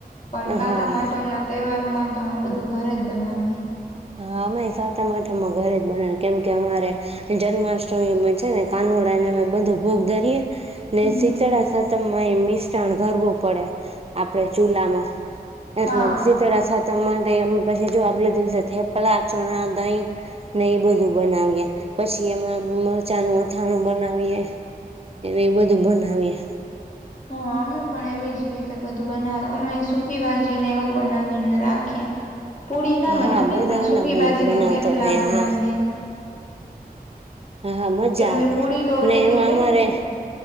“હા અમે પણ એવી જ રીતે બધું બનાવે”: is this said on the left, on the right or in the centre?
Left